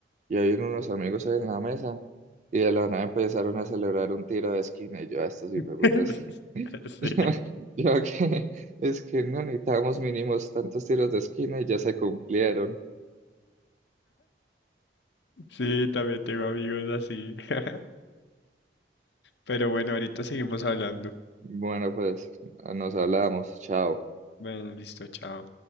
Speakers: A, on the right; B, on the left.
A: Y hay unos amigos ahí en la mesa. Y de la nada empezaron a celebrar un tiro de esquina. Y yo, a estos
B: <laughs>
A: putas. <laughs>
B: Sí,
A: Yo que es que no necesitábamos mínimos tantos tiros de esquina y ya se cumplieron.
B: sí, también tengo amigos así. <laughs> Pero bueno, ahorita seguimos hablando.
A: Bueno, pues nos hablamos. Chao.
B: Bueno, listo, chao.